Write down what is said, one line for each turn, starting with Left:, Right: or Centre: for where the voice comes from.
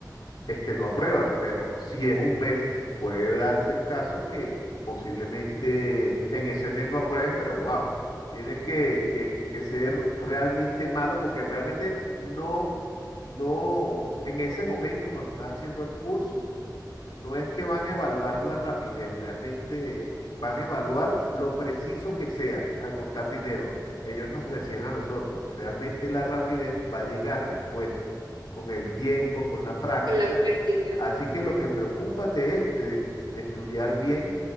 Left: este, lo aprueban, pero si es un mes, puede darse el caso que posiblemente en ese mes no apruebes, pero wow, tienes que, que- que ser realmente malo porque realmente no, no, en ese momento cuando estás haciendo el curso, no es que van a evaluar la rapidez, realmente van a evaluar lo preciso que seas al contar dinero. Ellos nos decían a nosotros, realmente la rapidez va a llegar después, con el tiempo, con la práctica.
Right: con la práctica?
Left: Así que lo que preocúpate es de, de estudiar bien,